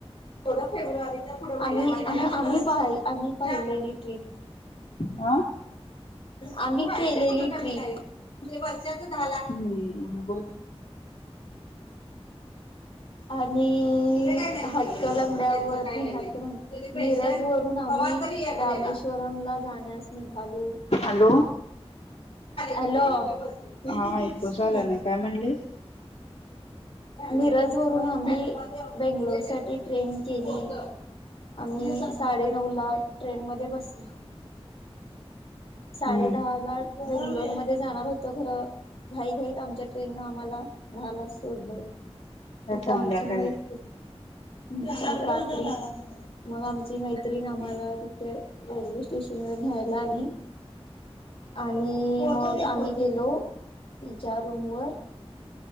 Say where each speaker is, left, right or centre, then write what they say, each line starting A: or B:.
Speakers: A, on the left; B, on the left.
A: फ्रुवारीही आम्ही पा आम्ही पाहिलेली ट्रिप
B: आह
A: आम्ही केलेली ट्रीप झाला
B: हम्म बोल
A: आणि हातकलंगड्या वरती हाच रंग मिरज वरून आम्ही रामेश्ववरमला जाण्यास निघालो
B: हॅलो
A: हॅलो <unintelligible>
B: हा ऐकूच आला नाही काय म्हणलीस
A: मिरज वरून आम्ही बेंगलोर साठी ट्रेन केली आम्ही साडेनऊ ला ट्रेन मध्ये बसलो साडे
B: हम्म
A: दहा ला बेंगलोरमध्येध्ये जाणार होत खरं घाई घाईत आमच्या ट्रेननं आम्हाला दहालाच सोडलं. तिथ
B: आज संध्याकाळी
A: आमची मैत्री रात्री मग आमची मैत्रीण आम्हाला तिथे रेल्वे स्टेशन व न्यायला आली आणि मग आम्ही गेलो तिच्या रूम वर